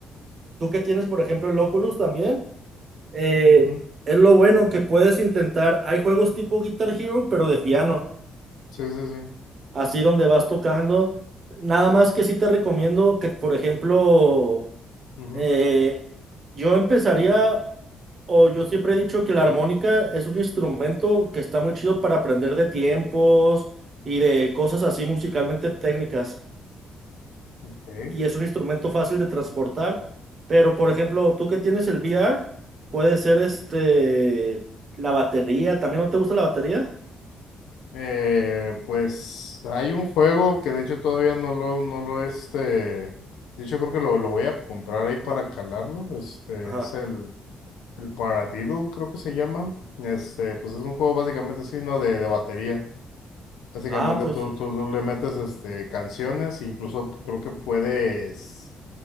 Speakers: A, on the right (about 45°); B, on the left (about 90°).
A: tú que tienes, por ejemplo, el Oculus también. Eh,
B: ujú,
A: es lo bueno que puedes intentar. Hay juegos tipo Guitar Hero, pero de piano,
B: Sí, sí, sí.
A: así donde vas tocando. Nada más que sí te recomiendo que, por ejemplo,
B: ujú,
A: eh, yo empezaría, o yo siempre he dicho que la armónica es un instrumento que está muy chido para aprender de tiempos y de cosas así musicalmente técnicas.
B: Ok.
A: y es un instrumento fácil de transportar, pero por ejemplo, tú que tienes el VR, puede ser este, la batería, ¿también no te gusta la batería?
B: Eh, pues hay un juego que de hecho todavía no lo, no lo este. De hecho, creo que lo, lo voy a comprar ahí para calarlo. Este
A: Ajá.
B: es el, el Paradiddle, creo que se llama. Este, pues es un juego básicamente así, ¿no? De, de batería. Básicamente
A: Ah, pues,
B: tú, tú, tú le metes este, canciones, incluso creo que puedes